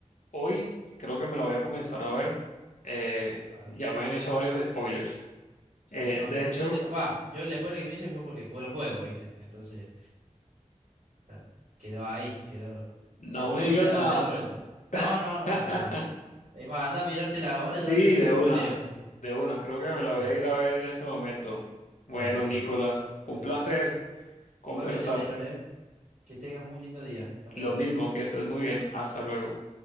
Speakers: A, on the left (about 75°); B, on the right (about 75°).
A: hoy.
B: Claro.
A: Creo que me la voy a comenzar a ver. Eh,
B: claro.
A: ya me han hecho varios spoilers.
B: Sí,
A: Eh,
B: no,
A: de
B: yo por
A: hecho,
B: suerte no. Va, yo el spoiler que me hice fue porque jugué el juego, ¿viste? Entonces, ya, quedó ahí, quedó,
A: no
B: quedó todo
A: me digas
B: ya
A: nada.
B: resuelto. No, no, no,
A: <laughs>
B: no, no, no. Es más, anda a mirártela ahora
A: Sí,
B: ya si no
A: de
B: te spoileo,
A: una,
B: sí.
A: de una. Creo que me la voy
B: <laughs>
A: a ir a ver en ese momento. Bueno,
B: Dale, dale.
A: Nicolás,
B: Bueno,
A: un placer conversar.
B: igualmente, Taylor, ¿eh? Que tengas un lindo día. Nos vemos.
A: Lo mismo, que estés muy bien. Hasta luego.